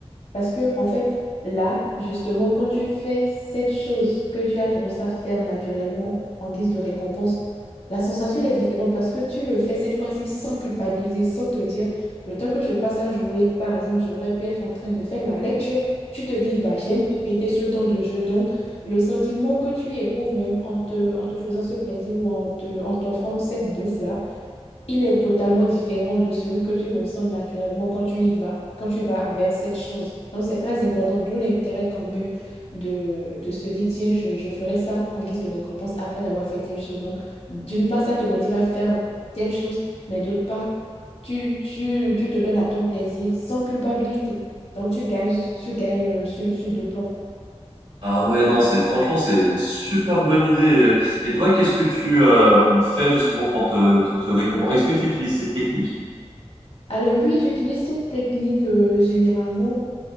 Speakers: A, on the left (about 60°); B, on the right (about 85°).
A: Parce que, en fait, là, justement, quand tu fais cette chose que tu as tendance à faire naturellement en guise de récompense, la sensation, elle est différente parce que tu le fais cette fois-ci sans culpabiliser, sans te dire, le temps que je passe à jouer, par exemple, j'aurais pu être en train de faire la lecture. Tu te dis, bah, j'aime répéter ce temps de jeu. Donc, le sentiment que tu éprouves même en te, en te faisant ce plaisir ou en te, en t'offrant cette bouffe-là, il est totalement différent de celui que tu ressens naturellement quand tu y vas, quand tu vas vers cette chose. Donc, c'est très important, d'où l'intérêt quand même de, de se dire, tiens, je, je ferai ça en guise de récompense après d'avoir fait telle chose. Donc, d'une part, ça te motive à faire telle chose, mais d'autre part, tu, tu, tu te donnes à ton plaisir sans culpabilité. Donc, tu gagnes, tu gagnes euh, sur, sur deux plans, quoi.
B: Ah ouais, non, c'est franchement, c'est une super bonne idée. Et toi, qu'est-ce que tu euh, fais justement pour te, te, te récompenser? Est-ce que tu utilises cette technique?
A: Alors oui, j'utilise cette technique euh, généralement